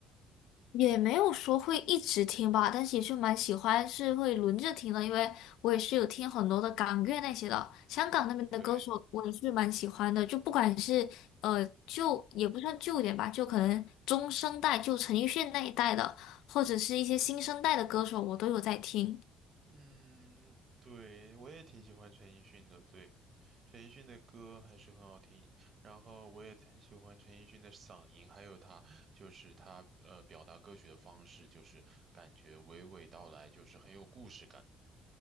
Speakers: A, on the left (about 75°); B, on the right (about 30°).
A: 也没有说会一直听吧，但是也是蛮喜欢，是会轮着听的，因为我也是有听很多的港乐那些的，香港那边的歌手我也是蛮喜欢的，
B: 嗯，对。
A: 就不管是呃旧也不算旧一点吧，就可能中生代，就陈奕迅那一代的，或者是一些新生代的歌手，我都有在听。
B: 嗯，对，我也挺喜欢陈奕迅的，对，陈奕迅的歌还是很好听，然后我也很喜欢陈奕迅的嗓音，还有他就是他呃表达歌曲的方式，就是感觉娓娓道来，就是很有故事感。